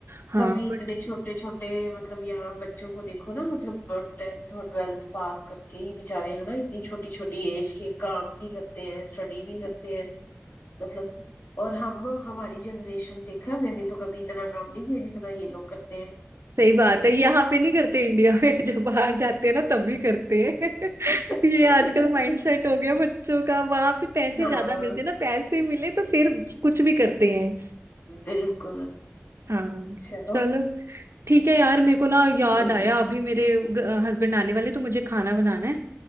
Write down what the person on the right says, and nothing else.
हाँ
बट
सही बात है यहाँ पे नहीं करते इंडिया में <laughs> जब बाहर जाते हैं ना तभी करते हैं
<laughs> ये आजकल माइंडसेट हो गया बच्चों का वहां पे पैसे
ज्यादा मिलते हैं ना पैसे मिले तो फिर कुछ भी करते हैं
हाँ
चलो ठीक है यार मेरे को ना याद
आया अभी मेरे हस्बैंड आने वाले तो मुझे खाना बनाना है